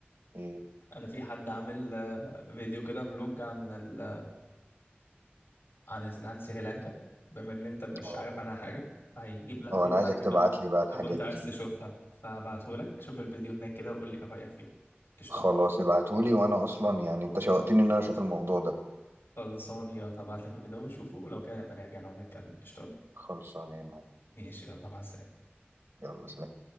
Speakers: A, on the right; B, on the left.
A: ايه
B: انا في حد عامل آه، فيديو كده فلوج عن ال... عن عن سريلانكا بما ان انت مش
A: اه
B: عارف عنها حاجة فهيجيب لك
A: اه
B: كل
A: انا عايزك
B: ما انت
A: تبعت
B: كنت
A: لي بقى الحاجات
B: انت كنت عايز
A: دي
B: تشوفها فهبعته لك شوف الفيديو هناك كده وقول لي ايه رأيك فيه قشطة
A: خلاص ابعتولي وانا اصلا يعني انت شوقتني ان انا اشوف الموضوع ده
B: خلصان يا هبعت لك الفيديو وشوفه ولو كان نبقى نرجع نقعد نتكلم قشطة
A: خلصانه يا معلم
B: ماشي يلا مع السلامة
A: يلا سلام